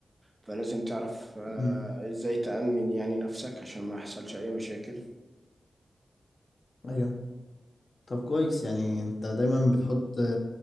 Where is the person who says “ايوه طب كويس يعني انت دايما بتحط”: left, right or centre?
Left